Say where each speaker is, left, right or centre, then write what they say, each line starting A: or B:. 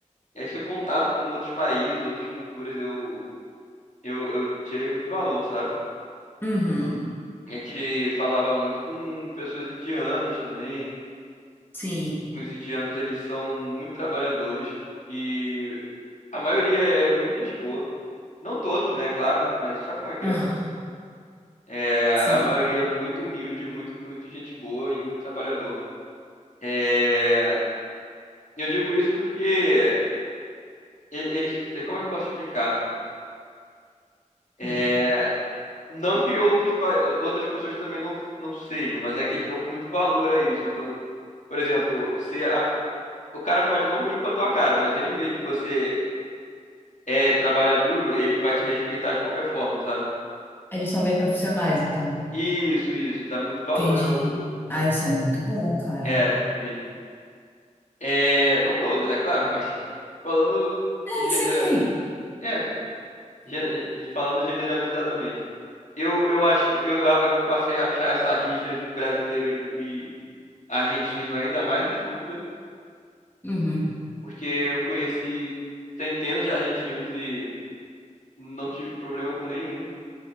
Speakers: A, on the left (about 65°); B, on the left (about 15°).
A: é esse contato com outros países, outras culturas, eu, eu, eu tirei muito valor, sabe?
B: Uhum,
A: A gente falava muito com pessoas indianas também.
B: sim. <laughs>
A: Os indianos, eles são muito trabalhadores e a maioria é muito gente boa. Não todos, né, claro, mas sabe como é que
B: Ah,
A: é? É,
B: sim.
A: a maioria é muito humilde, muito, muito gente boa e muito trabalhador. É, eu digo isso porque ele- eles, como é que eu posso explicar? É,
B: Hum.
A: não que outros, pa- outras pessoas também não, não sejam, mas é que eles dão muito valor a isso. Então, por exemplo, se a- o cara pode não ir com a tua cara, mas ele vê que você é trabalhar duro, ele vai te respeitar de qualquer forma, sabe?
B: Eles são bem profissionais, então.
A: Isso, isso, dá muito valor
B: Entendi.
A: ao.
B: Ah, isso é muito bom, cara.
A: É, sim. É, não todos, né, claro, <laughs> mas falando
B: É,
A: em genera...
B: sempre tem.
A: é, gen- falando generalizadamente. Eu, eu acho, eu, a- eu passei a achar essa rixa brasileiro e argentino ainda mais estúpida,
B: Uhum.
A: porque eu conheci centenas de argentinos e não tive problema com nenhum.